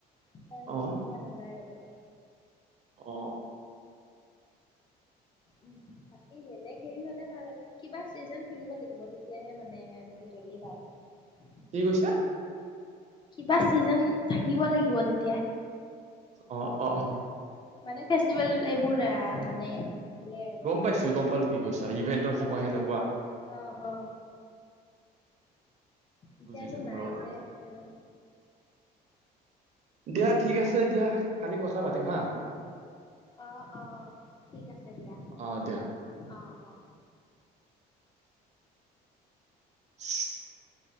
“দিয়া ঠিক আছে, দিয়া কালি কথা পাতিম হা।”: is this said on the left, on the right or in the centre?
Right